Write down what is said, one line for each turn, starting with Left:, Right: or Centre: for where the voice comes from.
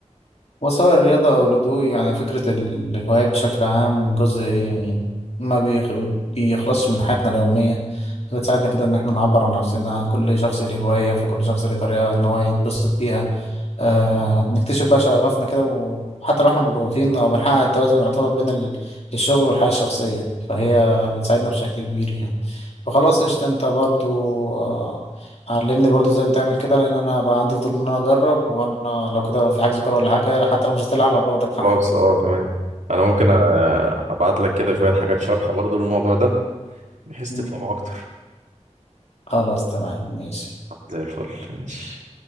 Left: وسواء الرياضة أو الهدوء يعني فكرة ال- الهوايات بشكل عام جزء يعني ما بيخ- بيخلصش من حياتنا اليومية بتساعدنا كده إن احنا نعبر عن نفسنا كل شخص له هواية فكل شخص له طريقة إن هو يتبسط بيها آه نكتشف بقى شغفنا كده وحتى لو احنا مضغوطين أو بنحقق التوازن يعتبر بين ال- الشغل والحياة الشخصية فهي بتساعدنا بشكل كبير يعني فخلاص قشطة أنت برضو آه، علمني برضو ازاي بتعمل كده لان انا بقى عندي فضول ان انا اجرب وانا لو كده في حجز كوره ولا حاجه حتى لو مش هتلعب هباخدك معايا
Right: خلاص اه تمام انا ممكن ابعت لك كده شوية حاجات شرح برضو للموضوع ده بحيث
Left: مم.
Right: تفهمه اكتر
Left: خلاص تمام ماشي
Right: زي الفل ماشي